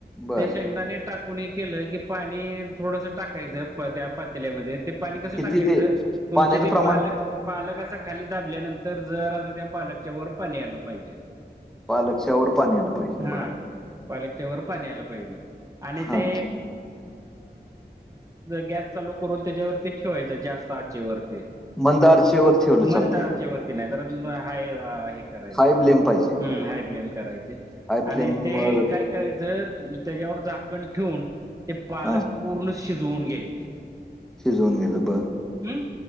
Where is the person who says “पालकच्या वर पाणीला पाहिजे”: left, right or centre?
Centre